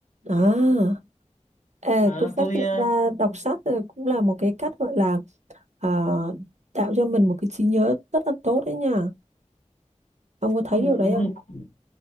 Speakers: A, on the right; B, on the left.
A: à ê,
B: Ờ,
A: tôi phát
B: tôi
A: hiện
B: ờ,
A: ra đọc sách là cũng là một cái cách gọi là à, tạo cho mình một cái trí nhớ rất là tốt đấy nha ông có thấy
B: không
A: điều đấy không
B: không